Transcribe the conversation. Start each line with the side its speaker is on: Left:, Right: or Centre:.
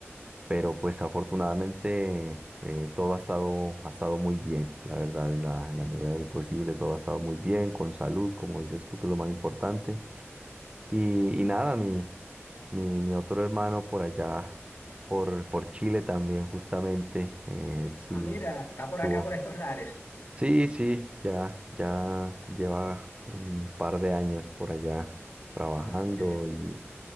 Right: pero pues afortunadamente eh, todo ha estado, ha estado muy bien, la verdad, en la, en la medida de lo posible, todo ha estado muy bien, con salud, como dices tú, que es lo más importante. Y, y nada, mi, mi, mi otro hermano por allá, por, por Chile también, justamente, eh, él sí
Left: Ah, mira, está por
Right: tuvo.
Left: acá, por estos lares.
Right: Sí, sí, ya, ya lleva un par de años por allá trabajando
Left: Ah, qué bien.
Right: y